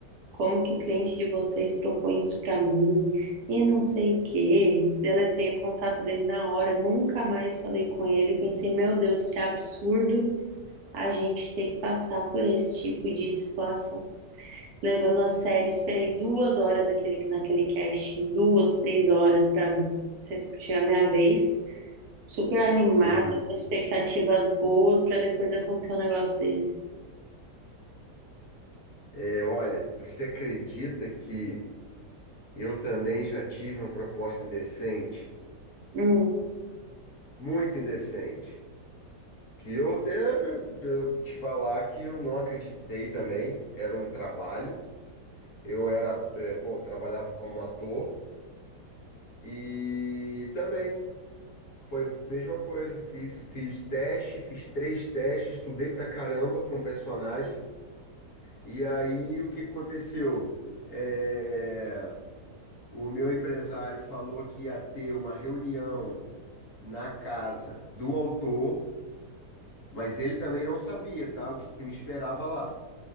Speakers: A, on the right; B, on the left.
A: Como que o cliente de vocês propõe isso para mim? E não sei o quê. Deletei o contato dele na hora, nunca mais falei com ele. Pensei, meu Deus, que absurdo a gente ter que passar por esse tipo de situação. Levando a sério, esperei duas horas aquele, naquele casting, duas, três horas para chegar a minha vez. Super animada,
B: uhum.
A: com expectativas boas para depois acontecer um negócio desse.
B: É, olha, você acredita que Eu também já tive uma proposta indecente,
A: Hum.
B: muito indecente, que eu até eu te falar que eu não acreditei também. Era um trabalho. Eu era, eh, bom, trabalhava como ator e também foi a mesma coisa. Fiz, fiz teste, fiz três testes, estudei pra caramba para um personagem. E aí o que aconteceu? É, O meu empresário falou que ia ter uma reunião na casa do autor, mas ele também não sabia, tá? O que que me esperava lá.